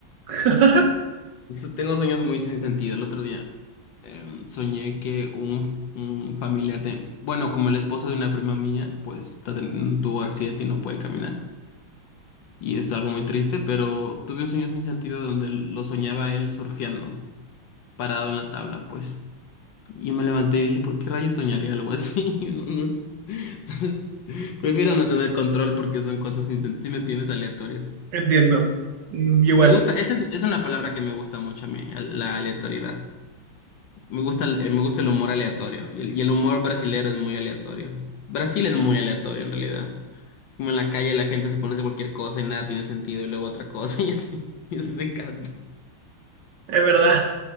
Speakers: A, on the right; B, on the left.
A: <laughs>
B: Su- Tengo sueños muy sin sentido. El otro día em, soñé que un, un familiar de, bueno, como el esposo de una prima mía, pues está ten- tuvo accidente y no puede caminar. Y es algo muy triste, pero tuve un sueño sin sentido donde lo soñaba él surfeando, parado en la tabla, pues. Y me levanté y dije, ¿por qué rayos soñaría algo así? <laughs> No, no. Entonces, prefiero no tener control porque son cosas sin sentido, ¿me entiendes? Aleatorias.
A: Entiendo. Mm, igual,
B: Me gusta, esa es, es una palabra que me gusta mucho a mí, al- la aleatoriedad. Me gusta el, eh, me gusta el humor aleatorio y el, y el humor brasilero es muy aleatorio. Brasil es muy aleatorio en realidad. Es como en la calle la gente se pone a hacer cualquier cosa y nada tiene sentido y luego otra cosa <laughs> y así. Eso me encanta.
A: es verdad.